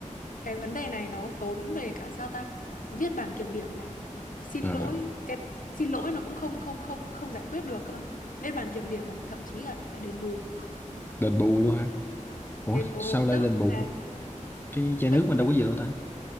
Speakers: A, on the left (about 85°); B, on the left (about 15°).
A: cái vấn đề này nó tốn về cả sao ta viết bản kiểm điểm này xin
B: à
A: lỗi cái xin lỗi nó cũng không không không không giải quyết được cơ viết bản kiểm điểm mà thậm chí là phải đền bù
B: đền bù luôn hả ủa
A: đền bù
B: sao lại
A: tức
B: đền bù
A: là
B: cái chai
A: tức
B: nước mình
A: tức
B: đâu
A: là
B: có gì đâu ta